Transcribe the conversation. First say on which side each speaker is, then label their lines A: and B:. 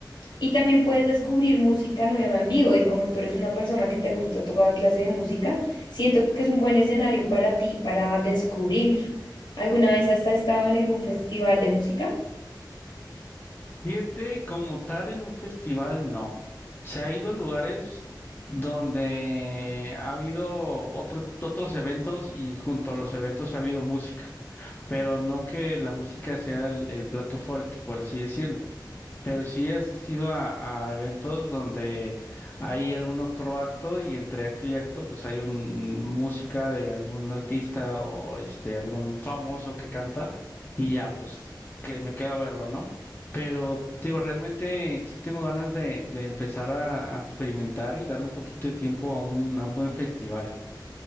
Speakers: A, on the left; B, on the left.
A: Y también puedes descubrir música nueva en vivo y como tú eres una persona que te gusta toda clase de música, siento que es un buen escenario para ti, para descubrir. ¿Alguna vez has estado en algún festival de música?
B: Fíjate, como tal, en un festival no. Se ha ido a lugares donde ha habido otro- otros eventos y junto a los eventos ha habido música, pero no que la música sea el, el plato fuerte, por así decirlo. pero sí he asistido a, a eventos donde hay algún otro acto y entre acto y acto pues hay un música de algún artista o este algún famoso que canta y ya pues que me quedo a verlo, ¿no? Pero digo, realmente sí tengo ganas de, de empezar a, a experimentar y darle un poquito de tiempo a un, a un buen festival.